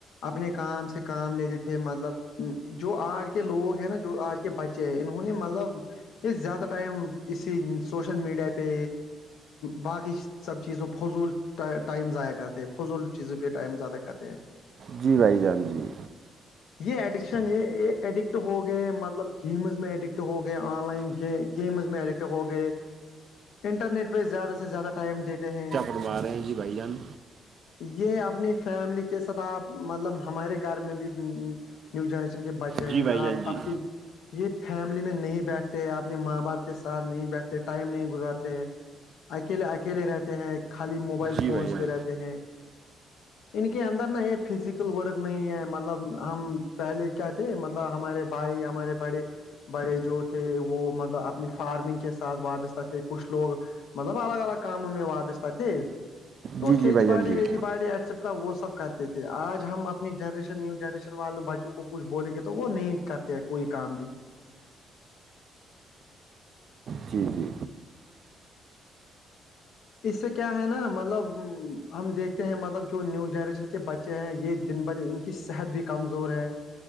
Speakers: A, on the left; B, on the right.
A: اپنے کام سے کام لیتے تھے مطلب جو آج کے لوگ ہیں نا جو آج کے بچے ہیں انہوں نے مطلب یہ زیادہ ٹائم اسی سوشل میڈیا پہ باقی سب چیزوں فضول ٹائم ضائع کرتے ہیں فضول چیزوں پہ ٹائم زیادہ کرتے ہیں
B: جی بھائی جان جی
A: یہ ایڈکشن یہ یہ ایڈکٹ ہو گئے مطلب گیمز میں ایڈکٹ ہو گئے آن لائن گیمز میں ایڈکٹ ہو گئے انٹرنیٹ پہ زیادہ سے زیادہ ٹائم دیتے ہیں
B: کروا رہے ہیں جی بھائی جان
A: یہ اپنی فیملی کے ساتھ آپ مطلب ہمارے گھر میں بھی نیو جنریشن کے بچے
B: جی
A: ہیں
B: بھائی
A: آپ
B: جان جی
A: آپ کے یہ فیملی میں نہیں بیٹھتے ہیں اپنے ماں باپ کے ساتھ نہیں بیٹھتے ٹائم نہیں گزارتے ہیں اکیلے اکیلے رہتے ہیں خالی موبائل
B: جی
A: فونس
B: بھائی جان
A: پہ رہتے ہیں ان کے اندر نا یہ فزیکل ورک نہیں ہے مطلب ہم پہلے کیا تھے مطلب ہمارے بھائی ہمارے بڑے بڑے جو تھے وہ مطلب اپنی فارمنگ کے ساتھ وابستہ تھے کچھ لوگ مطلب الگ الگ کاموں میں واپس تات تو
B: جی جی
A: کھیتی
B: بھائی جان
A: باڑی
B: جی
A: ویتی باڑی ایسیٹرا وہ سب کرتے تھے آج ہم اپنی جنریشن نیو جنریشن والوں بچوں کو کچھ بولیں گے تو وہ نہیں کرتے ہیں کوئی کام بھی
B: جی جی
A: اس سے کیا ہے نا مطلب ہم دیکھتے ہیں مطلب جو نیو جنریشن کے بچے ے ہیں یہ دن بہدن ان کی صحت بھی کمزور ہے